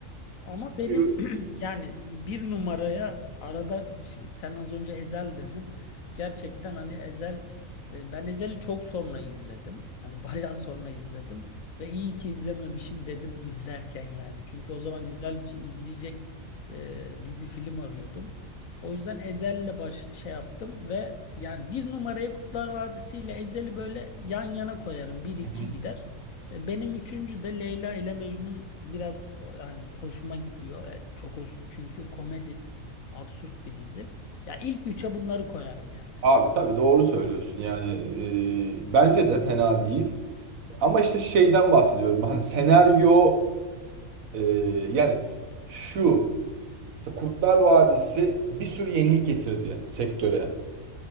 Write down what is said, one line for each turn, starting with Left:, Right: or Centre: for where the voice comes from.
Left: Ama benim
Right: Hı
Left: <clears throat> yani bir numaraya arada sen az önce Ezel dedin. Gerçekten hani Ezel e, ben Ezel'i çok sonra izledim. Hani <laughs> bayağı sonra izledim ve iyi ki izlememişim dedim izlerken yani. Çünkü o zaman güzel bir izleyecek e, dizi film arıyordum. O yüzden Ezel'le baş şey yaptım ve yani bir numarayı Kurtlar Vadisi ile Ezel'i böyle yan yana koyarım. bir iki
Right: hı.
Left: gider. E, Benim üçüncü de Leyla ile Mecnun biraz o- yani hoşuma gidiyor. E, Çok hoş çünkü komedi absürt bir dizi. Ya ilk üçe bunları koyarım yani.
Right: abi tabii doğru söylüyorsun. Yani e, bence de fena değil. Ama işte şeyden bahsediyorum. Hani senaryo e, yani şu mesela Kurtlar Vadisi bir sürü yenilik getirdi sektöre.